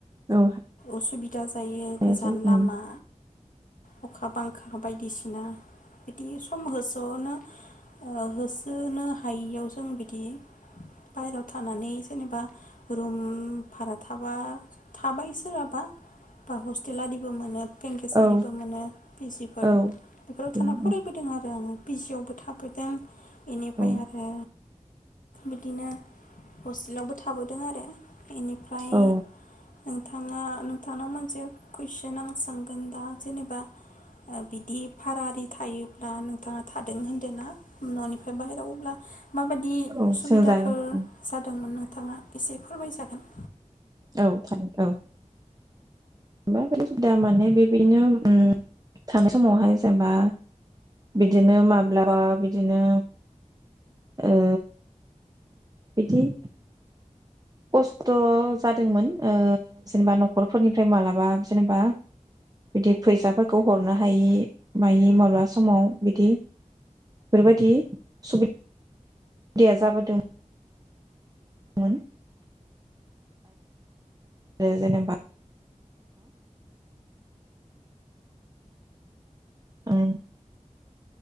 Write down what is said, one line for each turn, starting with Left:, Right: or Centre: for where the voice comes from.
Right: औ
Left: उसुबिदा जायो
Right: हायासै
Left: गोजान
Right: उम
Left: लामा अखा -बांखा बायदिसिना बिदि सम होसोनो ओ होसोनो हायियाव जों बिदि बायेरायाव थानानै जेनेबा रुम भारा थाबा थाबाय सोरहाबा बा हस्टेल आदिबो मोनो बेंकेसारिबो
Right: औ
Left: मोनो पि जिफोर
Right: औ
Left: बेफोराव
Right: बेनो
Left: थाना फरायबोदों आरो आङो बिजिआवबो थाबोदों बेनिफ्राय
Right: उम
Left: आरो बिदिनो हस्टेलावबो थाबोदों आरो बिनिफ्राय
Right: औ
Left: नोंथाङा नोंथांनाव मोनसे कुइसन आं सोंगोन दा जेनेबा बिदि फारारि थायोब्ला नोंथाङा थादों होन्दों ना न'निफ्राय बाहेरायाव अब्ला माबायदि
Right: औ
Left: उसुबिदाफोर
Right: सोंजागोन उम
Left: जादोंमोन नोंथाङा एसे फोरमायजागोन
Right: औ थानो औ मा दा माने बेबायदिनो ओ थानाय समावहाय जेनेबा बिदिनो माब्लाबा बिदिनो ओ बिदि खस्थ' जादोंमोन जेनेबा न'खरफोरनिफ्राय माबलाबा जेनेबा बिदि फैसाफोरखौ हरनो हायि माय माब्लाबा समाव बिदि बेफोरबायदि सुबिददाया जाबोदों <inaudible> आरो जेनेबा औ